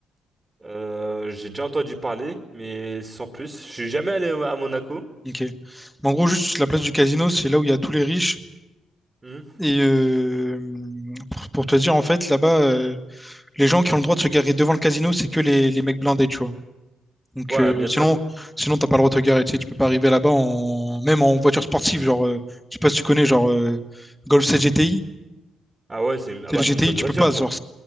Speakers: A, on the right; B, in the centre.
A: Euh, j'ai déjà entendu parler, mais sans plus. Je suis jamais allé à Monaco.
B: Ok. Mais en gros, juste la place du casino, c'est là où il y a tous les riches.
A: Hmm.
B: Et euh, pour, pour te dire, en fait, là-bas, euh, les gens qui ont le droit de se garer devant le casino, c'est que les, les mecs blindés, tu vois. Donc,
A: Ouais,
B: euh,
A: bien
B: sinon,
A: sûr.
B: sinon, t'as pas le droit de te garer. Tu sais, tu peux pas arriver là-bas en, même en voiture sportive. Genre, euh, je sais pas si tu connais, genre, euh, Golf CGTI.
A: Ah ouais, c'est une- ah
B: Tu
A: bah,
B: sais, les GTI,
A: c'est une bonne
B: tu
A: voiture,
B: peux pas. Genre,
A: quoi.